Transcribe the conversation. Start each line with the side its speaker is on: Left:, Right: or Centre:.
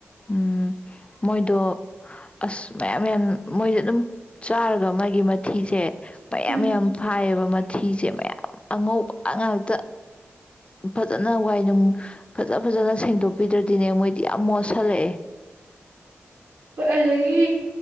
Left: ꯎꯝ ꯃꯣꯏꯗꯣ ꯑꯁ ꯃꯌꯥꯝ ꯃꯌꯥꯝ ꯃꯣꯏꯗꯦ ꯑꯗꯨꯝ ꯆꯥꯔꯒ ꯃꯥꯒꯤ ꯃꯊꯤꯁꯦ ꯃꯌꯥꯝ
Right: ꯎꯝ
Left: ꯌꯥꯝ ꯐꯥꯏꯌꯦꯕ ꯃꯊꯤꯁꯦ ꯃꯌꯥꯝ ꯑꯉꯧꯕ ꯑꯉꯥꯡꯇ ꯐꯖꯅ ꯋꯥꯏꯅꯨꯡ ꯐꯖ ꯐꯖꯅ ꯁꯦꯡꯗꯣꯛꯄꯤꯗ꯭ꯔꯗꯤꯅꯦ ꯃꯣꯏꯗꯤ ꯌꯥꯝ ꯃꯣꯠꯁꯤꯜꯂꯛꯑꯦ
Right: ꯍꯣꯏ ꯑꯗꯨꯗꯒꯤ